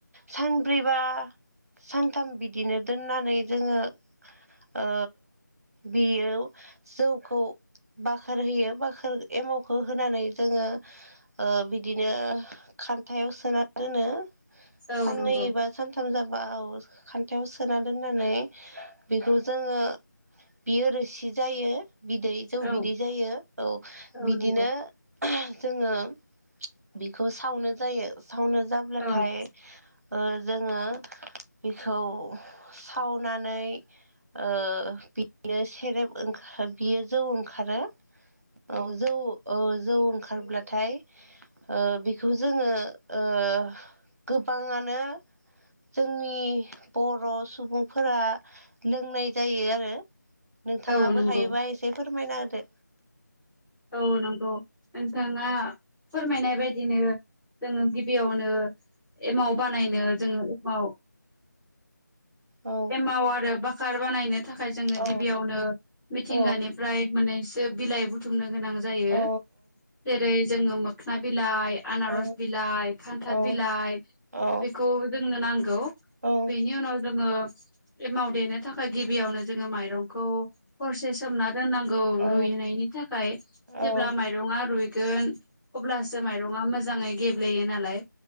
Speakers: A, on the right; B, in the centre.
A: सानब्रैबा सानथाम बिदिनो दोननानै जोङो ओ बियो जौखौ बाखोर होयो बाखार एमावखौ होनानै जोङो ओ बिदिनो खान्थायाव सोना दोनो
B: औ
A: साननै
B: नंगौ
A: एबा सानथाम जाब बा औ खान्थायाव सोना दोननानै बेखौ जोङो बियो रोसि जायो बिदै जौ
B: औ
A: बिदै जायो औ
B: औ
A: बिदिनो
B: नंगौ
A: ओ जोङो बेखौ सावनो जायो सावनो जाब्लाथाय
B: औ
A: ओ जोङो बेखौ सावनानै ओ बिनो सेरेब ओंखा बियो जौ ओंखारो औ जौ औ जौ ओंखारब्लाथाय ओ बेखौ जोङो ओ गोबाङानो जोंनि बर' सुबुंफोरा लोंनाय जायो आरो नोंथाङाबो
B: औ नंगौ
A: हायोबा एसे फोरमायना होदो
B: औ नंगौ नोंथाङा फोरमायनाय बायदिनो जोङो गिबियावनो एमाव बानायनो जोङो एमाव
A: औ
B: एमाव आरो बाखार बानायनो थाखाय जोङो
A: औ
B: गिबियावनो मिथिंगानिफ्राय
A: औ
B: माने बिलाइ बुथुमनो गोनां जायो
A: औ
B: जेरै जोङो मोखोना बिलाइ आनारस
A: औ
B: बिलाइ खान्थाल
A: औ
B: बिलाइ
A: औ
B: बेखौ जोंनो नांगौ बेनि
A: औ
B: उनाव जोङो एमाव देनो थाखाय गिबियावनो जोङो माइरंखौ हरसे सोमना दोननांगौ
A: औ
B: रुइनायनि थाखाय
A: औ
B: जेब्ला माइरङा रुइगोन अब्लासो माइरंआ मोजाङै गेब्लेयो नालाय